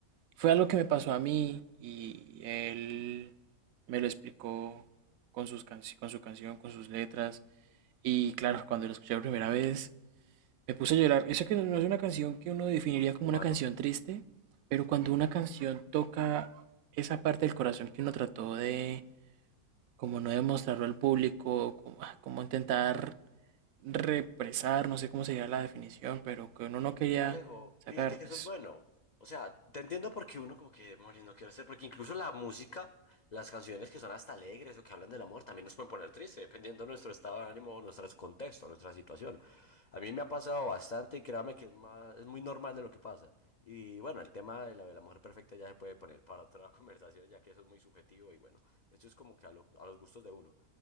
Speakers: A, on the right; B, on the left.
A: Fue algo que me pasó a mí y él me lo explicó con sus canci- con su canción, con sus letras. Y claro, cuando lo escuché la primera vez, me puse a llorar. Eso que no no es una canción que uno definiría
B: Ah,
A: como
B: qué malo.
A: una canción triste, pero cuando una canción toca esa parte del corazón que uno trató de, como no demostrarlo al público, como, ah, como intentar represar, no sé cómo sería la definición, pero que uno no quería
B: Alejo,
A: sacar,
B: fíjate que
A: pues
B: eso es bueno. O sea, te entiendo porque uno como que, demonios, no quiero hacer, porque incluso la música, las canciones que son hasta alegres o que hablan del amor, también nos pueden poner triste dependiendo de nuestro estado de ánimo, o nuestro contexto, nuestra situación. A mí me ha pasado bastante y créame que es más, es muy normal de lo que pasa. Y bueno, el tema de la, de la mujer perfecta ya se puede poner para otra <laughs> conversación, ya que eso es muy subjetivo y bueno, esto es como que a, lo- a los gustos de uno